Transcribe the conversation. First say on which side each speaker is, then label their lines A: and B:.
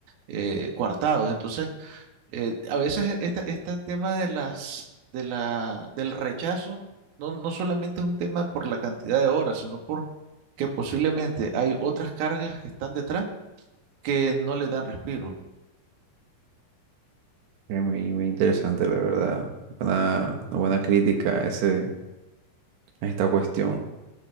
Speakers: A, on the right; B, on the right.
A: eh, coartados. Entonces, eh, a veces este, este tema de las, de la, del rechazo no, no solamente es un tema por la cantidad de horas, sino por que posiblemente hay otras cargas que están detrás que no le dan respiro.
B: Es muy, muy interesante, la verdad. Una, una buena crítica a ese, a esta cuestión.